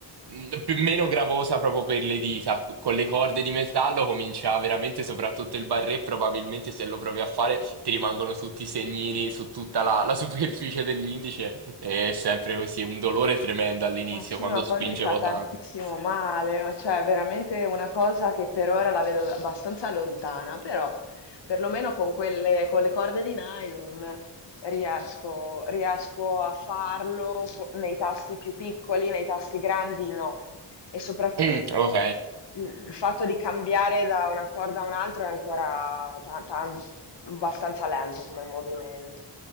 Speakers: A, on the right; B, on the left.
A: mh, più- meno gravosa proprio per le dita. Co- Con le corde di metallo comincia veramente, soprattutto il barré, probabilmente se lo provi a fare ti rimangono tutti i segnini su tutta la, la <laughs> superficie dell'indice, è sempre così, un dolore tremendo all'inizio
B: ma sì,
A: quando
B: ma poi
A: spingevo
B: mi fa tantissimo
A: tanto.
B: male, ma cioè è veramente una cosa che per ora la vedo abbastanza lontana, però perlomeno con quelle, con le corde di nylon riesco, riesco a farlo co- nei tasti più piccoli, nei tasti grandi no. E soprattutto
A: Mm, ok,
B: il il fatto di cambiare da una corda a un'altra è ancora ta- tan- abbastanza lento come movimento.